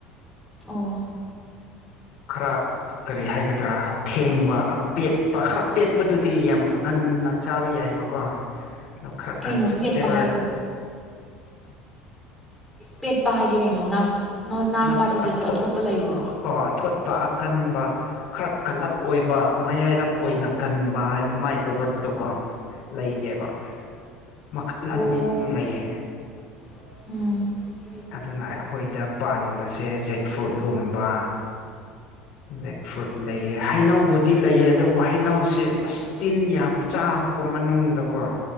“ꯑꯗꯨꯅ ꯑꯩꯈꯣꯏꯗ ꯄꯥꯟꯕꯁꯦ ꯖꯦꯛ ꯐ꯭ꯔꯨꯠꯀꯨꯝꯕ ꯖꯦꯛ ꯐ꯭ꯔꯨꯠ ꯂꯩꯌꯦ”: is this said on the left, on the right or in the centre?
Left